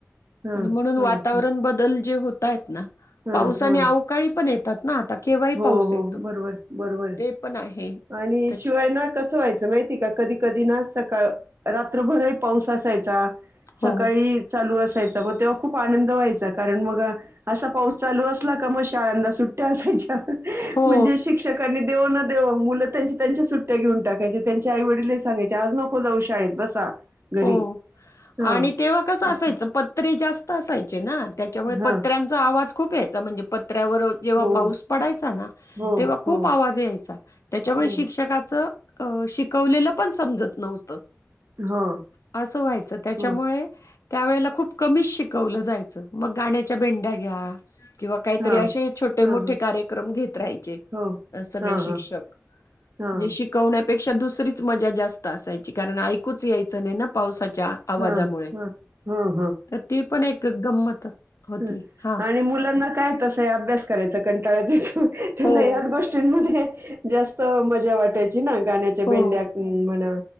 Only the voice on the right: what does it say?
ह
ह
ह
ह
हो
हो
बरोबर बरोबर
आणि
शिवाय ना कसं व्हायचं माहितीये का कधी कधी ना सकाळ रात्रभरही पाऊस असायचा. सकाळी
चालू अस यचा मग तेव्हा खूप आनंद व्हायचा कारण मग असा पाऊस चालू असला का मग शाळांना सुट्टी असायची. <unintelligible>
म्हणजे शिक्षकांनी देवो न देवो मुलं त्यांच्या त्यांच्या सुट्ट्या घेऊन टाकायचे त्यांच्या आई वडीललही सांगायचे आज नको जाऊ शाळेत बसा. घरी
हा
असं
हा
हो
हो
हो
हो
हो
हो
हा
हा हा
हो
हा
हा हा
हां, हां. हां,
ह
आणि मूलं मग काय तसं ही अभ्यास करायचा कंटाळाच ये त्यांना
याच गोष्टीनंमध्ये जास्त मजा वाटायची. ते ना गाण्याच्या
भेंड्या म्हणा